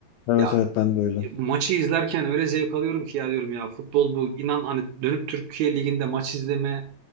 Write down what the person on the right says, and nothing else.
Ya
e, maçı izlerken öyle zevk alıyorum ki ya diyorum ya futbol bu inan hani dönüp Türkiye Ligi'nde maç izleme